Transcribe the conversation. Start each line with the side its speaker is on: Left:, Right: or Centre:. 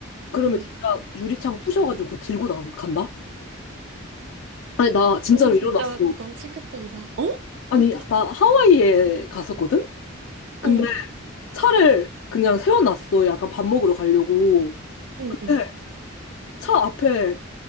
Left: 그러면
Right: 응.
Left: 진짜 유리창 부셔가지고 그거 들고 나, 간다? 아니, 나 진짜로
Right: 응, 진짜
Left: 일어났어.
Right: 너무 충격적이다. 어?
Left: 아니,
Right: 응.
Left: 나 하와이에 갔었거든? 근데
Right: 어.
Left: 차를 그냥 세워놨어. 약간 밥 먹으러 가려고.
Right: 응,
Left: 근데
Right: 응.
Left: 차 앞에